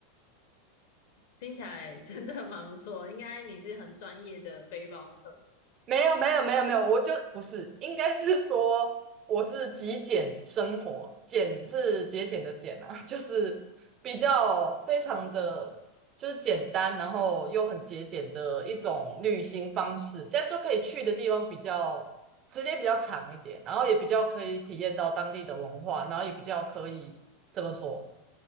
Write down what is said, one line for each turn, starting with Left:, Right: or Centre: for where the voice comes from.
Left: 听起来真的蛮不错，应该你是很专业的背包客。
Right: 没有没有没有没有，我就不是，应该是说我是极简生活，简是节俭的简啊，<laughs> 就是比较非常的就是简单，然后又很节俭的一种旅行方式，这样就可以去的地方比较时间比较长一点，然后也比较可以体验到当地的文化，然后也比较可以怎么说，